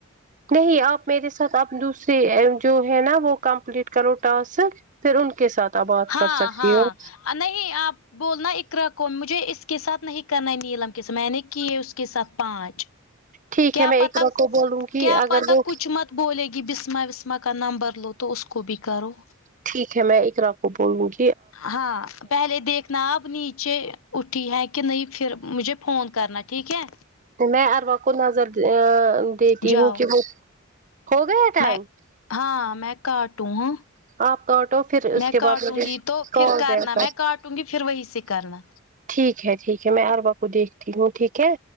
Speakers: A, on the right; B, on the left.
A: نہیں آپ میرے ساتھ آپ دوسرے جو ہے نا وہ کمپلیٹ کرو ٹاسک پھر ان کے ساتھ آپ بات
B: ہاں
A: کر سکتی
B: ہاں
A: ہو
B: نہیں آپ بولنا اقرا کو مجھے اس کے ساتھ نہیں کرنا ہے نیلم کے ساتھ میں نے کیے اس کے ساتھ پانچ
A: ٹھیک
B: کیا
A: ہے میں
B: پتہ
A: اقرا کو بولوں گی
B: کیا
A: اگر
B: پتہ
A: وہ
B: کچھ مت بولے گی بسمہ وسما کا نمبر لو تو اس کو بھی کرو
A: ٹھیک ہے میں اقرا کپ <unintelligible>
B: ہاں پہلے دیکھنا اب نیچے اٹھی ہیں کہ نہیں پھر مجھے فون کرنا ٹھیک ہے
A: میں اروا کو نظر دیتی
B: جاؤ
A: ہوں کہ وہ ہو گیا ٹائم
B: میں ہاں میں کاٹوں ہاں
A: آپ کاٹو پھر اس
B: میں
A: کے بعد
B: کاٹوں
A: مجھے
B: گی تو
A: کال
B: پھر کرنا
A: بیک
B: میں کاٹوں گی پھر وہی سے کرنا
A: ٹھیک ہے ٹھیک ہے میں عروہ کو دیکھتی ہوں ٹھیک ہے